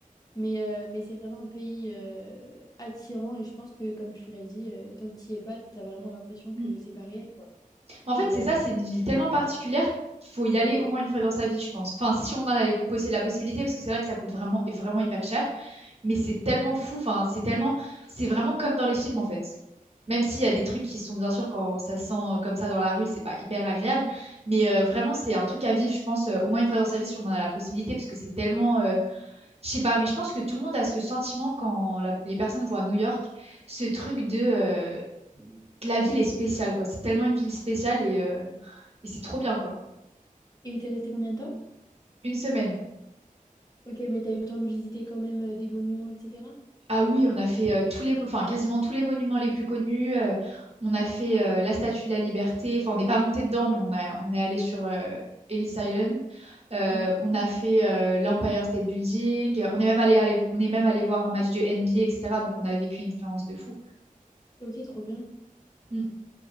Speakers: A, on the left (about 25°); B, on the right (about 45°).
A: Mais, euh, mais c'est vraiment un pays euh, attirant et je pense que, comme tu l'as dit, euh, tant que tu y es pas, tu as vraiment l'impression que
B: Mm.
A: c'est pas réel, quoi.
B: En fait,
A: Et
B: c'est
A: euh,
B: ça, c'est une ville tellement particulière qu'il faut y aller au moins une fois dans sa vie, je pense. Enfin, si on en avait possi- la possibilité, parce que c'est vrai que ça coûte vraiment, vraiment hyper cher, mais c'est tellement fou, enfin, c'est tellement, c'est vraiment comme dans les films, en fait. Même s'il y a des trucs qui sont, bien sûr, quand ça se sent euh, comme ça dans la rue, c'est pas hyper agréable, mais euh, vraiment, c'est un truc à vivre, je pense, euh, au moins une fois dans sa vie, si on en a la possibilité, parce que c'est tellement, euh, je sais pas, mais je pense que tout le monde a ce sentiment quand la- les personnes vont à New York, ce truc de euh, la ville est spéciale, quoi. C'est tellement une ville spéciale et, euh, et c'est trop bien, quoi.
A: et t'es resté combien de temps?
B: Une semaine.
A: Ok, mais t'as eu le temps de visiter quand même euh, des monuments, etc.
B: Ah oui, on a fait euh, tous les, mo- enfin quasiment tous les monuments les plus connus. euh, on a fait euh, la Statue de la Liberté. Enfin, on n'est pas monté dedans, mais on a, on est allé sur euh, Ellis Island. Euh,
A: Ouais.
B: on a fait euh, l'Empire State Building. On est même allé, allé- on est même allé voir un match de NBA, etc. Donc, on a vécu une expérience de fou.
A: Ok, trop bien.
B: Mm.